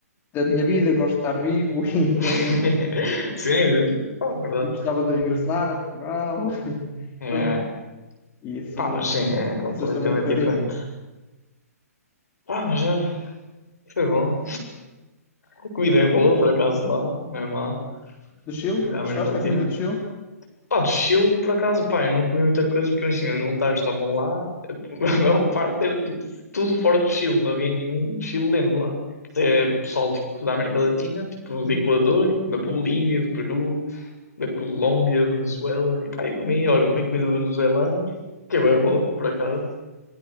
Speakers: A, on the left; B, on the left.
A: da minha vida, gosto de estar vivo <laughs> e, go-
B: <laughs>
A: e, nunca,
B: Sim, é Ah, verdade.
A: e gostava de regressar a Portugal. <laughs>
B: É.
A: Pronto, e isso
B: Pá,
A: hum,
B: mas sim, é completamente
A: assusta-me um bocadinho.
B: diferente. Pá, mas já, foi bom. A comida é boa, por acaso, lá, não é má.
A: Do Chile?
B: Comida da América
A: Gostaste
B: Latina.
A: da comida do Chile?
B: Pá, de Chile, por acaso, pá, eu não comi muita coisa porque imagina, os voluntários estavam lá, <laughs> a maior parte era tipo tudo fora do Chile, não havia nenhum chileno lá. É pessoal tipo, da América Latina, tipo do Equador, da Bolívia, do Peru, da Colômbia, Venezuela. E pá, eu comi, olha, comi comida venezuelana, que é bem boa, por acaso.